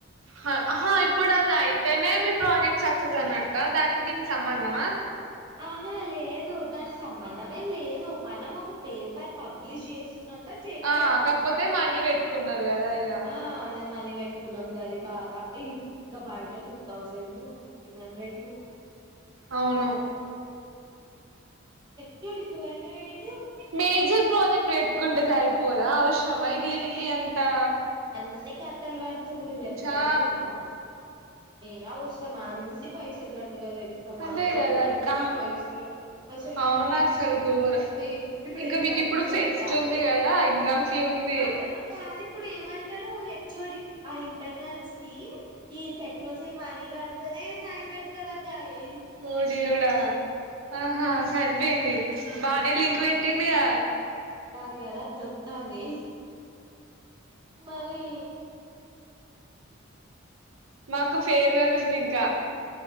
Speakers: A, on the right; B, on the right.
A: హ అహ ఇప్పుడదయితేనే మీ ప్రాజెక్ట్ సక్సెస్ అన్నట్ట దానికి దీనికి సంబంధమా
B: ఆహా లేదు దానిక్ సంబంధం ఏం లేదు మనం ఒక పేపర్ పబ్లిష్ చేస్తున్న ట్టు చేపియడం
A: ఆ కాకపోతే
B: అంతే
A: మనీ పెట్టుకున్నారు కదా ఇగ
B: ఆ అదే మనీ పెట్ న్నాం గది బాధ ఈ ఇంకా బయట టూ థౌజండ్లు ఫిఫ్టీన్ హండ్రెడ్లు
A: అవును
B: హెట్ఒడి ప్రైవేట్
A: మేజర్ ప్రాజెక్ట్ పెట్టుకుంటే సరిపోదా అ చ వైదేహినికి ఎం తా
B: అన్నీ కత్తల్ పడుతుంది చెప్తలేనా
A: ఆ
B: ఏ అవుసరమా అన్ని పైసల్ ముల్గా తెల్సా మానస
A: అదే
B: నాకైతే
A: కదా అక్క
B: ఎన్ని పైసలో అసల్కి
A: అవును
B: ఇప్పుడు పిచ్చి
A: అసలు
B: లేస్తుంది.
A: ఘోర
B: ఇప్పుడ్
A: ఇంకా
B: ఎగ్జామ్
A: మీకు ఇప్పుడు
B: ఫీజ్ కట్టాలి.
A: ఫెస్ట్ ఉంది కదా ఎగ్జామ్ ఫీ ఉంది
B: ఆ ఫ్యా ఆ ఇప్పుడే మంటడు. హెచ్ఓడి ఆ ఇంటర్నల్స్కి ఈ టెక్ నోజిల్ మనీ గడ్తనే సైన్ పెడ్తడట. ఏ
A: ఓ దేవుడా ఆహా సరిపోయింది
B: పిచ్చిలేత్తాంది
A: బానే లింక్ పెట్టిందిగా
B: త్తాంది కదా చెత్తామే మరీ
A: మాకు ఫేర్వెల్ ఉంది ఇంకా